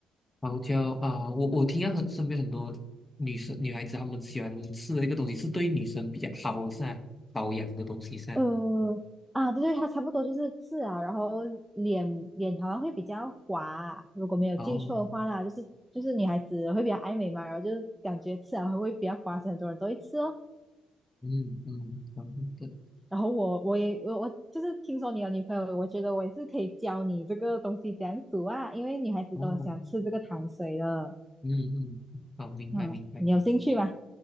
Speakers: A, on the left; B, in the centre.
A: 桃胶啊，我我听到很身边很多女生女孩子，她们喜欢吃的一个东西是对女生比较好的噻，保养的东西噻。
B: 呃，啊，对对，它差不多就是刺啊，然后脸脸好像会比较滑，如果没有记错的话啦，
A: 哦，
B: 就是就是女孩子会比较爱美嘛，然后就是感觉刺啊会比较滑，所以很多人都会吃哦。
A: 嗯嗯，好的，
B: 然后我我也我我就是听说你有女朋友，我觉得我也是可以教你这个东西怎样煮啊，因为女孩子都很喜欢吃这个糖水的。
A: 哦，嗯嗯，好，明白明白，
B: 嗯，你有兴趣吗？